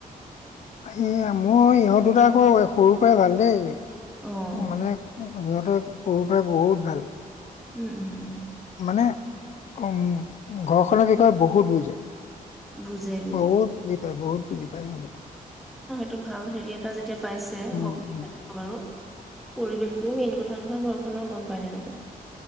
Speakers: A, on the left; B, in the centre.
A: এইয়া মই ইহঁত দুটা আকৌ সৰুৰ পৰাই ভাল দেই।
B: অ',
A: মানে উম সিহঁতে সৰুৰ পৰাই বহুত ভাল।
B: উম, উম, উম,
A: মানে উম, ঘৰখনৰ বিষয়ে বহুত বুজে।
B: বুজে বুজে
A: বহুত বুজি পায়, বহুত বুজি পায় উম।
B: টো ভাল হেৰি এটা যেতিয়া পাইছে। হব
A: উম উম।
B: <unintelligible> বাৰু। পৰিৱেশটোও মেইন কথা নহয় ঘৰখনৰ। গম পায় নে নাপায়?